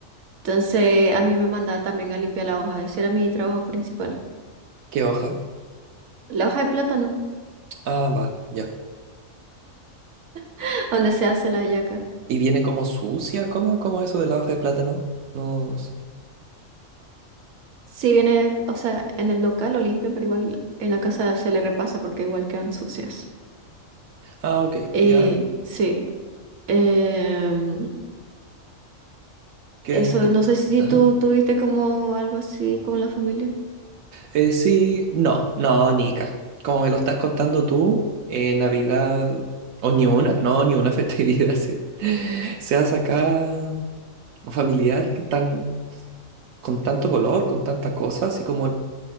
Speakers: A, on the right; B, on the right.
A: Entonces a mí me mandaba también a limpiar la hoja, ese era mi trabajo principal.
B: ¿Qué hoja?
A: La hoja de plátano,
B: Ah, va, ya.
A: <laughs> donde se hace la hallaca.
B: ¿Y viene como sucia? ¿Cómo, cómo eso de la hoja de plátano? No sé.
A: Si viene, o sea, en el local lo limpian, pero igual en la casa se le repasa porque igual quedan sucias.
B: Ah, ok,
A: Eh,
B: ya.
A: sí, em,
B: Que
A: eso,
B: entre...
A: no sé si
B: Ajá.
A: tú tuviste como algo así con la familia.
B: Eh, sí, no, no, Nica. Como me lo estás contando tú, eh, Navidad, o ni una, no, ni una festividad, <laughs> sí. Seas acá familiar, que tan, con tanto color, con tanta cosa, así como el-